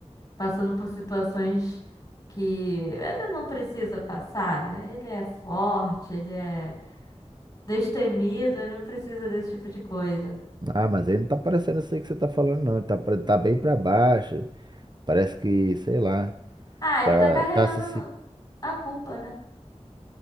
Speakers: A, on the left (about 40°); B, on the right (about 40°).
A: passando por situações que ele não precisa passar, né? Ele é forte, ele é. Destemido, ele não precisa desse tipo de coisa.
B: Ah, mas ele não tá parecendo isso aí que você tá falando, não. Ele tá, pra- tá bem pra baixo. Parece que, sei lá,
A: Ah, ele
B: tá,
A: tá carregando
B: tá se
A: a culpa, né?